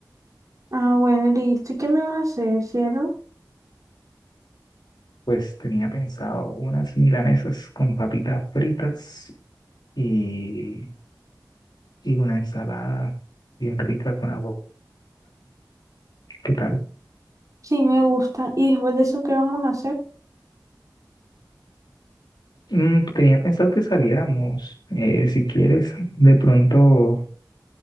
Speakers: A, on the right; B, on the left.
A: Ah, bueno, listo. ¿Y qué me vas a hacer, cielo?
B: Pues tenía pensado unas milanesas con papitas fritas y, y una ensalada bien rica con aguacate. ¿Qué tal?
A: Sí, me gusta. ¿Y después de eso qué vamos a hacer?
B: Mm, tenía pensado que saliéramos. Eh, si quieres, de pronto,